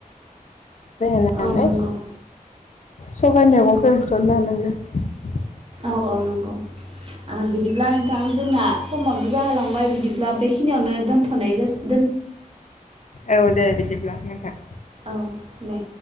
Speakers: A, on the left; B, on the right.
A: दै होनानै
B: औ नंगौ
A: सबाइ मेगंखौ होसनना लानांगौ।
B: औ नंगौ औ बिदिब्ला नोंथां जोंना समावनो जाहोलांबाय बिदिब्ला बेखिनियावनो दोनथ'नाय जासि
A: औ दे बिदिब्ला। उम था
B: औ दे।